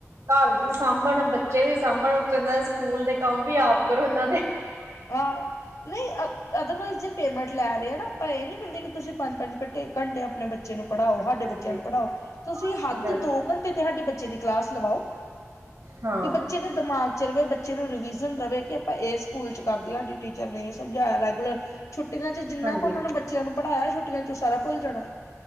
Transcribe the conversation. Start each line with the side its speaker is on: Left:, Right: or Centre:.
Right: ਘਰ ਵੀ ਸਾਂਭਣ, ਬੱਚੇ ਵੀ ਸਾਂਭਣ ਉਤੋਂ ਇਹਨਾਂ ਦੇ ਸਕੂਲ ਦੇ ਕੰਮ ਵੀ ਆਪ ਕਰੋ ਇਹਨਾਂ ਦੇ।
Left: ਆ। ਨਈ ਅਦਰਵਾਈਜ਼ ਜੇ ਪੇਮੈਂਟ ਲੈ ਰਹੇ ਆ ਨਾ, ਅਪਾ ਇਹ ਨੀ ਕਹਿੰਦੇ ਕਿ ਤੁਸੀਂ ਪੰਜ-ਪੰਜ ਘੰਟੇ, ਏਕ ਘੰਟੇ ਆਪਣੇੇ ਬਚ ਬੱਚੇ ਨੂੰ ਪੜ੍ਹਾਓ ਹਾਡੇ
Right: ਹਾਂਜੀ
Left: ਬੱਚਿਆਂ ਨੂੰ ਪੜ੍ਹਾਓ। ਤੁਸੀਂ
Right: ਸਹੀ
Left: ਹੱਦ
Right: ਗੱਲ
Left: ਦੋ ਘੰਟੇ ਤੇ ਸਾਡੇ ਬੱਚੇ ਦੀ ਕਲਾਸ ਲਵਾਓ।
Right: ਹਾਂ
Left: ਕਿ ਬੱਚੇ ਨੂੰ ਦਿਮਾਗ ਚ ਰਹੇ। ਬੱਚੇ ਨੂੰ ਰਿਵਿਜ਼ਨ ਰਹੇ ਕਿ ਆਪਾਂ ਇਹ ਸਕੂਲ ਚ। ਕਰਦੇ ਟੀਚਰ ਨੇ ਇਹ ਸਮਝਾਇਆ ਰੈਗੂਲਰ ਛੁੱਟੀਆਂ ਚ ਜਿੰਨਾ
Right: ਹਾਂਜੀ
Left: ਕੁ ਉਹਨਾ ਨੂੰ ਬੱਚਿਆਂ ਨੂੰ ਪੜ੍ਹਾਇਆ ਛੁੱਟ ਚਚ ਸਾਰਾ ਭੁੱਲ ਜਾਣਾ।